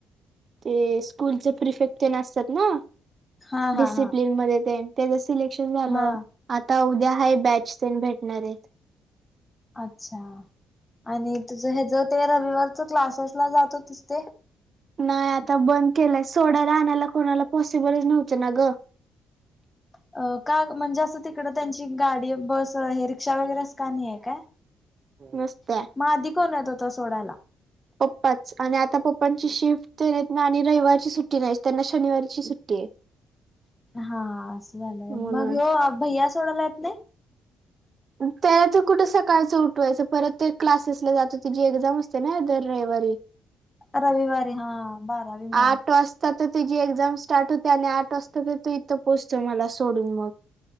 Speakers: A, on the right; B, on the left.
A: ते स्कूलचे परिफेक्ट असतात ना
B: हा
A: डिसिप्लिन
B: हा हा
A: मध्ये ते त्याच सिलेक्शन झालं
B: हा
A: आता उद्या हा बॅच प भेटणार आहेत
B: अच्छा आणि तुझ ह ज ते रविवारच क्लाससला जातो तिस ते
A: नाही आता बंद केलंय सोडाला आणायला कोणाला पॉसिबलच नव्हतं ना ग
B: अ का म्हणजे असं तिकड त्यांची गाडी बस हेर कक्षा वगैरेच का नाही आहे काय
A: नसत्या
B: मग अधिक कोण येत होतो सोडायला
A: पप्पाच आणि आता पप्पांची शिफ्ट ना आणि रविवारची सुट्टी नाही त्यांना शनिवारची सुट्टी आहे <inaudible>
B: हा असं झालंय
A: म्हणून
B: मग ह भैया सोडाला आहेत नाही
A: त्याला तर कुठं सकाळचं उठवायचं परत ते क्लासेसला जातो ति जी एक्झाम असते ना दर रविवारी
B: रविवारी हा बारावी मुळ
A: आठ वाजता तर तुझी एक्झाम स्टार्ट होते आणि आठ वाजता तर तू पोचतो मला सोडून मग